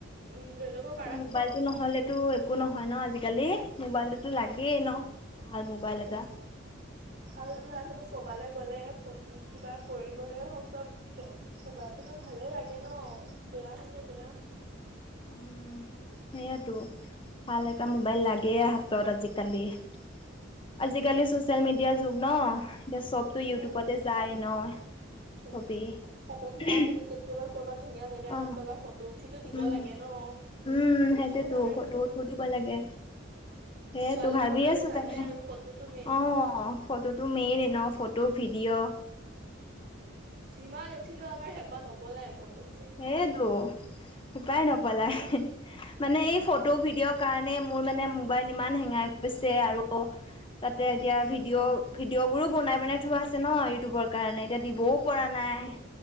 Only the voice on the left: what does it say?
এতিয়া
মোবাইলটো নহ'লেতো একো নহয় ন আজিকালি। মোবাইলটোতো
লাগেই ন, ভাল মোবাইল
এটা।
উম সেয়েতো। ভাল এটা মোবাইল লাগেই হাতত আজিকালি। আজিকালি চচিয়েল মিডিয়াৰ যুগ ন এতিয়া
চব ইউটিউবতে যায়
ন
চবেই।
অ
উম
উম
সেইটোতো
ফটো উঠি দিব লাগে। সেইয়েতো
ভাবি
আছো
তাকে
অ। ফটোটো মেইনে ন ফটো, ভিডিঅ'।
সেয়েটো হেঁপাই নপলাই। মানে এই ফটো ভিডিঅ' কাৰণে মোৰ মানে মোবাইল ইমান হেঙাই গৈছে আৰু তাতে এতিয়া
ভিডিঅ' ভিডিঅ' বোৰো বনাই বনাই থোৱা আছে ন ইউটিউবত। কাৰণে এতিয়া দিবও পৰা নাই,